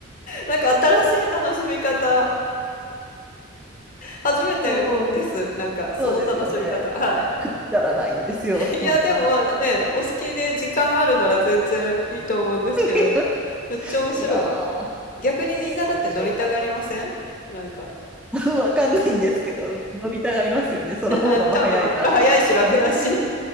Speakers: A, on the left; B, in the centre.
A: なんか新しい楽しみ方、初めてです。
B: もう、
A: なんかその楽しみ方、
B: そうですよね。
A: はい。
B: くだらないんですよ、
A: <laughs>
B: 本当に。
A: いや、でも、ま、ね、お好きで時間あるなら全然いいと思うんですけど、
B: <laughs>
A: めっちゃ面白い。
B: いやー、
A: 逆にみんなだって乗りたがりません？
B: そうでしょうか。
A: なんか、
B: <laughs> わかんないんですけど、乗りたがりますよね。
A: <laughs>
B: その方がまあ早いから。
A: はい、多分、早いし楽だし、
B: はい、